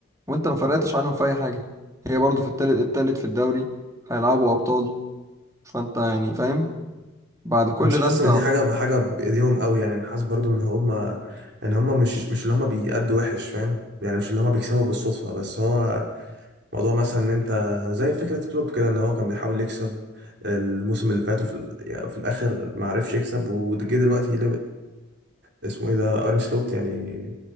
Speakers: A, on the right (about 15°); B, on the right (about 55°).
A: وانت ما فرقتش عنهم في اي حاجة هي برضو في التالت التالت في الدوري هيلعبوا ابطال فانت يعني فاهم بعد كل
B: مش حاسس
A: ده انت
B: إن دي حاجة بحاجة بإيديهم قوي يعني أنا حاسس برضو إن هما إن هما مش مش اللي هما بيأدوا وحش فاهم يعني مش اللي هما بيكسبوا بالصدفة بس هو موضوع مثلا إن أنت زي فكرة كلوب كده إن هو كان بيحاول يكسب الموسم اللي فات وفي ال- يعني في الآخر ما عرفش يكسب وجه دلوقتي اسمه ايه ده ارني سلوت يعني